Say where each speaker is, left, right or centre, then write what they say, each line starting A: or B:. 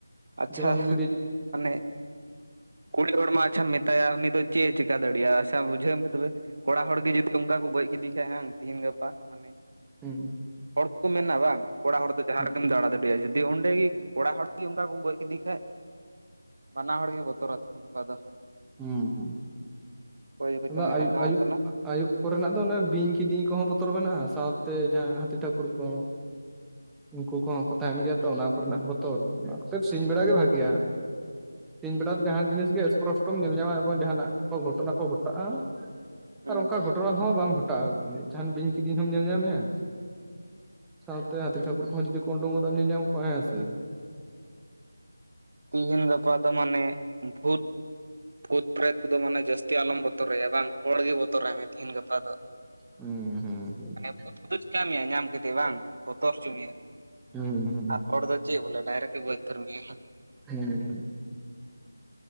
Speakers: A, on the right; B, in the centre.
A: ᱟᱪᱪᱷᱟ
B: ᱡᱮᱢᱚᱱ ᱡᱩᱫᱤ
A: ᱢᱟᱱᱮ ᱠᱩᱲᱤ ᱦᱚᱲ ᱢᱟ ᱟᱪᱪᱷᱟᱟᱢ ᱢᱮᱛᱟᱭᱟ ᱩᱱᱤ ᱫᱚ ᱪᱮᱫ ᱮ ᱪᱤᱠᱠᱟ ᱫᱟᱲᱮᱭᱟᱜᱼᱟ ᱟᱪᱪᱷᱟ ᱵᱩᱡᱷᱟᱹᱣ ᱢᱮ ᱛᱚᱵᱮ ᱠᱚᱲᱟ ᱦᱚᱲ ᱜᱮ ᱡᱩᱫᱤ ᱚᱱᱠᱟ ᱠᱚ ᱜᱚᱡ ᱠᱤᱰᱤ ᱠᱟᱭᱟ ᱛᱤᱦᱤᱧ ᱜᱟᱯᱟ ᱢᱟᱱᱮ
B: ᱦᱮᱸ <unintelligible>
A: ᱦᱚᱲ ᱠᱚᱠᱚ ᱢᱮᱱᱟ ᱵᱟᱝ ᱠᱚᱲᱟ ᱦᱚᱲ ᱫᱚ ᱡᱟᱦᱟᱸ
B: ᱦᱩᱸ
A: ᱨᱮᱜᱮᱢ ᱫᱟᱬᱟ ᱫᱟᱲᱮᱭᱟᱜᱼᱟ ᱡᱩᱫᱤ ᱚᱸᱰᱮᱜ ᱠᱚᱲᱟ ᱦᱚᱲ ᱩᱝ ᱩᱝ ᱚᱠᱟ ᱠᱚᱢ ᱜᱚᱡ ᱠᱮᱫᱮ ᱠᱷᱟᱱᱡ ᱵᱟᱱᱟ ᱦᱚᱲ ᱜᱮ ᱵᱚᱛᱚᱨᱟ ᱛᱮᱦᱱ ᱜᱟᱯᱟ ᱫᱚ᱾
B: ᱦᱩᱸ
A: ᱢᱟᱱᱮ
B: ᱦᱩᱸ
A: ᱚᱠᱚᱭ ᱠᱚᱪᱚᱝ
B: ᱟᱫᱚ
A: ᱮ
B: ᱟᱭᱩ
A: ᱨᱟᱸᱜᱟᱣᱟᱢ
B: ᱟᱭᱩᱵ
A: ᱠᱟᱱᱟ
B: ᱟᱭᱩ ᱠᱚᱨᱮᱱᱟᱜ ᱫᱚ ᱚᱱᱮ ᱵᱤᱧ ᱠᱤᱫᱤᱧ ᱠᱚᱦᱚᱸ ᱵᱚᱛᱚᱨ ᱢᱮᱱᱟᱜᱼᱟ ᱥᱟᱶᱛᱮ ᱡᱟᱦᱟᱸ ᱦᱟᱹᱛᱤ ᱴᱷᱷᱟᱠᱩᱨ ᱠᱚ ᱩᱱᱠᱩ ᱠᱚᱦᱚᱸ ᱠᱚ ᱛᱟᱦᱮᱱ ᱜᱮᱭᱟ ᱛᱚ ᱚᱱᱟ ᱠᱚᱨᱮᱱᱟᱜ ᱦᱚᱸ ᱵᱚᱛᱚᱨ ᱫᱚ᱾ ᱥᱤᱧ ᱵᱮᱲᱟ ᱜᱮ ᱵᱷᱟᱜᱤᱭᱟ ᱥᱤᱧ ᱵᱮᱲᱟ ᱫᱚ ᱡᱟᱦᱟᱱ ᱡᱤᱱᱤᱥ ᱜᱮ <inaudible> ᱛᱚ ᱧᱮᱞ ᱧᱟᱢᱟ ᱮᱵᱚᱝ ᱡᱟᱦᱟᱱᱟᱜ ᱠᱚ ᱜᱷᱚᱴᱚᱱᱟ ᱠᱚ ᱜᱷᱚᱴᱟᱜᱼᱟ᱾
A: ᱦᱮᱸ
B: ᱟᱨ ᱚᱱᱠᱟ ᱜᱷᱚᱴᱚᱱᱟ ᱦᱚᱸ ᱵᱟᱝ ᱜᱷᱚᱴᱟᱜᱼᱟ ᱟᱨᱠᱤ ᱡᱟᱦᱟᱱ ᱵᱤᱧ ᱠᱤᱫᱤᱤᱱ ᱦᱢ ᱧᱮᱞ ᱧᱟᱢᱮᱭᱟ᱾ ᱥᱟᱶᱛᱮ ᱦᱟᱹᱛᱤ ᱴᱷᱟᱹᱠᱩᱨ ᱠᱚᱚᱸ ᱡᱩᱫᱤ ᱠᱚ ᱩᱰᱩᱝ ᱜᱟᱫᱚᱜ ᱧᱮᱞᱧᱟᱢ ᱠᱚᱣᱟ ᱦᱮᱸ ᱥᱮ᱾
A: ᱛᱤᱦᱤᱱ ᱜᱟᱯᱟ ᱫᱚ ᱢᱟᱱᱮ ᱵᱩᱛ ᱵᱷᱩᱛ ᱯᱷᱨᱮᱫ ᱠᱚᱫᱚ ᱢᱟᱱᱮ ᱡᱟᱹᱥᱛᱤ ᱟᱞᱚᱢ ᱵᱚᱛᱚᱨᱟᱭᱟ ᱵᱟᱝ ᱦᱚᱲ ᱜᱮ ᱵᱚᱛᱚᱨᱟᱭ ᱢᱮ ᱛᱮᱦᱤᱧ ᱜᱟᱯᱟ ᱫᱚ᱾
B: ᱦᱩᱸ ᱦᱩᱸ ᱦᱩᱸ
A: ᱢᱟᱱᱮ ᱵᱷᱩᱛ ᱠᱚᱫᱚ ᱪᱮᱠᱟ ᱢᱮᱭᱟ ᱧᱟᱢ ᱠᱟᱛᱮ ᱵᱟᱝ ᱵᱚᱛᱚᱨ ᱦᱚᱪᱚ ᱢᱮᱭᱟ᱾
B: ᱦᱩᱸᱩᱸ
A: ᱟᱨ ᱦᱚᱲ ᱫᱚ ᱪᱮᱫ ᱵᱚᱞᱮ ᱰᱟᱭᱨᱮᱠᱴ ᱜᱮ ᱜᱚᱡ ᱩᱛᱟᱹᱨ ᱢᱮᱭᱟ ᱦᱮᱸ᱾
B: ᱦᱩᱸ ᱦᱩᱸ